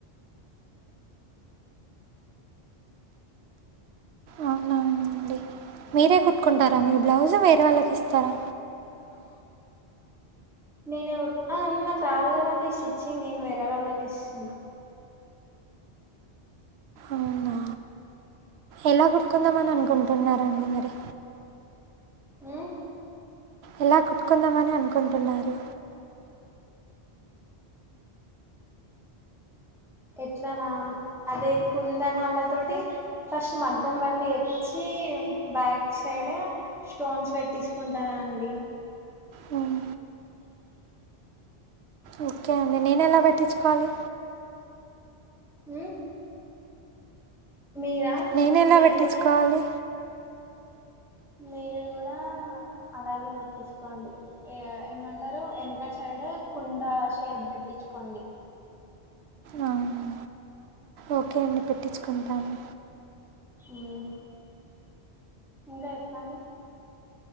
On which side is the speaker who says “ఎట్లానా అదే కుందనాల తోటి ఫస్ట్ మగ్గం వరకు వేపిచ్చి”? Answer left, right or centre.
Centre